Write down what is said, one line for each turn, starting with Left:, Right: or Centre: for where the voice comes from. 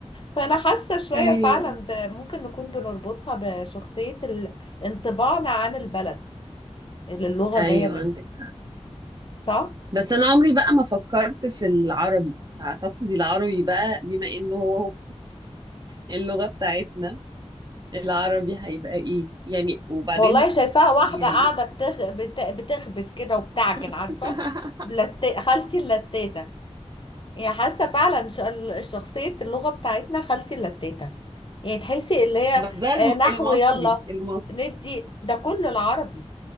Left: فأنا حاسة شوية
Right: ايوه
Left: فعلا ده ممكن نكون بنربطها بشخصية ال- انطباعنا عن البلد اللي اللغة
Right: ايوه
Left: جاية منها
Right: عندك حق
Left: صح؟
Right: بس انا عمري بقى ما فكرت في العربي اعتقد العربي بقى بما انه هو اللغة بتاعتنا العربي هيبقى ايه يعني وبعدين
Left: والله شايفاها واحدة
Right: يعني
Left: قاعدة بتخ... بت... بتخبز كده وبتعجن عارفة
Right: <laughs>
Left: لت... خالتي اللتاتة يعني حاسه فعلا ش- ال- شخصيه اللغه بتاعتنا خالتي اللتاتة يعني تحسي اللي هي
Right: بس ده الم-
Left: آه، نحو
Right: المصري
Left: يلا
Right: المصري
Left: ندي ده كله العربي